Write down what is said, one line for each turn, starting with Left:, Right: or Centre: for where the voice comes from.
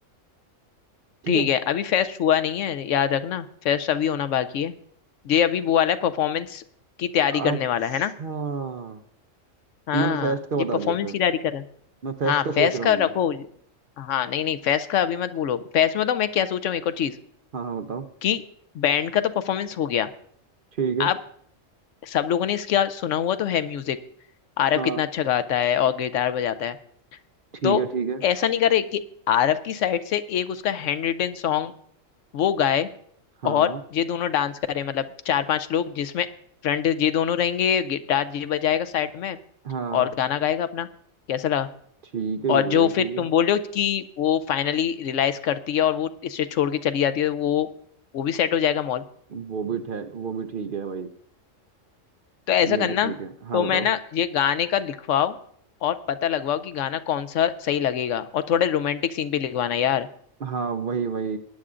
Right: ठीक
Left: ठीक
Right: है
Left: है अभी फेस्ट हुआ नहीं है याद रखना फेस्ट अभी होना बाकी है ये अभी वो वाला है परफॉर्मेंस की तैयारी
Right: अच्छा
Left: करने वाला है ना हाँ
Right: तो मैंने फेस्ट का
Left: ये
Right: बता
Left: परफॉर्मेंस
Right: दिया फिर
Left: की तैयारी कर रहे हैं
Right: मैं फेस्ट
Left: हाँ
Right: का
Left: फैस
Right: सोच रहा हूँ
Left: का रखो हाँ नहीं नहीं फैस का अभी मत भूलो फैस में तो मैं क्या सोचा हूँ एक और चीज
Right: हाँ हाँ बताओ
Left: कि बैंड का तो परफॉर्मेंस हो गया
Right: ठीक है
Left: अब सब लोगों ने इसका सुना हुआ तो है म्यूजिक आरव
Right: हाँ
Left: कितना अच्छा गाता है और गिटार बजाता है
Right: ठीक
Left: तो
Right: है ठीक है
Left: ऐसा नहीं करे कि आरव की साइड से एक उसका हैंड रिटन सॉन्ग वो गाए
Right: हाँ
Left: और
Right: हाँ
Left: ये दोनों डांस करें मतलब चार पांच लोग जिसमें फ्रंट ये दोनों रहेंगे गिटार ये बजाएगा साइड में
Right: हाँ
Left: और गाना गाएगा अपना कैसा
Right: ठीक है ये
Left: और जो
Right: भी
Left: फिर
Right: ठीक है
Left: तुम बोल रहे हो कि वो फाइनली रियलाइज करती है और वो इसे छोड़ के चली जाती है वो वो भी सेट हो जाएगा मॉल
Right: वो भी ठे वो भी ठीक है भाई
Left: तो ऐसा
Right: ये
Left: करना
Right: भी ठीक है हाँ
Left: तो
Right: बताओ
Left: मैं ना ये गाने का लिखवाओ और पता लगवाओ कि गाना कौन सा सही लगेगा और थोड़े रोमांटिक सीन भी लिखवाना यार
Right: हाँ वही वही